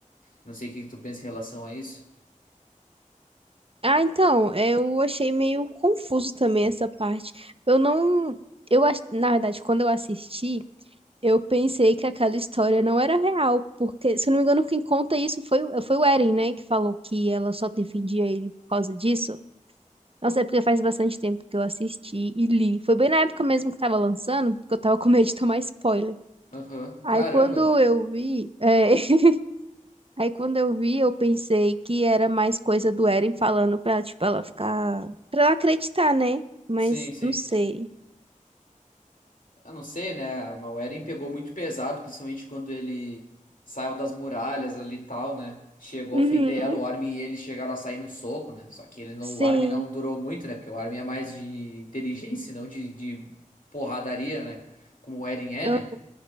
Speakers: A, on the left; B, on the right.
A: Não sei o que que tu pensa em relação a isso.
B: Ah, então, eu achei meio confuso também essa parte. Eu não. Eu, ach- na verdade, quando eu assisti, Eu pensei que aquela história não era real, porque, se eu não me engano, quem conta isso foi, o- foi o Eren, né? Que falou que ela só defendia ele por causa disso. Nossa, é porque faz bastante tempo que eu assisti e li. Foi bem na época mesmo que tava lançando, porque eu tava com medo de tomar spoiler.
A: Aham.
B: Aí
A: Caramba.
B: quando eu vi, é, <laughs> aí quando eu vi, eu pensei que era mais coisa do Eren falando pra, tipo, ela ficar, pra ela acreditar, né? Mas
A: Sim, sim.
B: não sei.
A: Eu não sei, né? o Eren pegou muito pesado, principalmente quando ele saiu das muralhas ali e tal, né? Chegou
B: Uhum.
A: a ofender ela, o Armin e ele chegaram a sair no soco, né? Só que ele não,
B: Sim.
A: o Armin não durou muito, né? Porque o Armin é mais de inteligência, e não de, de porradaria, né? Como o Eren é,
B: Ah,
A: né?